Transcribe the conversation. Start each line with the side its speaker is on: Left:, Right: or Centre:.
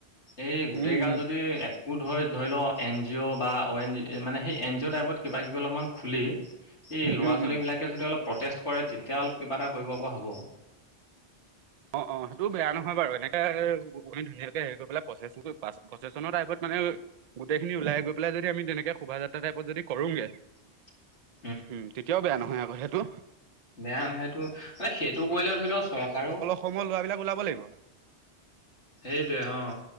Left: এই গোটেই
Right: উম
Left: গাল
Right: উম
Left: যদি এক গোট হৈ ধৰি ল, এন জি অ' বা অ' এন জি মানে, সেই এন জি অ' টাইপত কিবা-কিবি অলপমান খুলি এই ল'ৰা-ছোৱালী
Right: উম উম
Left: বিলাকে যদি অলপ প্ৰটেষ্ট কৰে, তেতিয়া অলপ কিবা এটা কৰিব পৰা হ'ব।
Right: অ' অ' সেইটো বেয়া নহয় বাৰু এনেকে গৈ ধুনীয়াকে হেৰি কৰিব পেলাই, প্ৰচেচিং প্ৰচেছনৰ টাইপত মানে গোটেইখিনি ওলাই গৈ পেলাই যদি, তেনেকে শোভাযাত্ৰা টাইপত যদি কৰোগে
Left: <inaudible>
Right: উম তেতিয়াও বেয়া নহয় আকৌ সেইটো
Left: বেয়া নাই সেইটো মানে সেইটো কৰিলে ধৰি লও চৰকাৰো
Right: সময়ৰ ল'োৱবিলাক ওলাব লাগিব
Left: সেইটোৱে অ